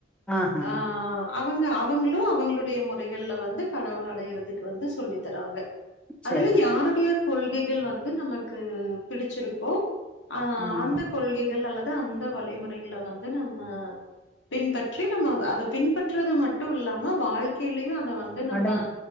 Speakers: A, in the centre; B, on the left.
A: ஆஹா
B: ஆ அக் அவங்க அவங்களு அவங்களுடைய முறைகள்ல வந்து கடவுள் அடையறதுக்கு வந்து சொல்லி தராங்க அதெல்லா
A: சரி சரி
B: யாருடைய கொள்கைகள் வந்து நமக்கு பிடிச்சிருக்கோ ஆ
A: ம்
B: அந்த கொள்கைகள் அல்ல அந்த வழிமுறைகள வந்து நம்ம பின்பற்றி நம்ம அதை பின்பற்றது மட்டு இல்லாம வாழ்க் கைலயு அத வந்து நம்ம
A: அடங்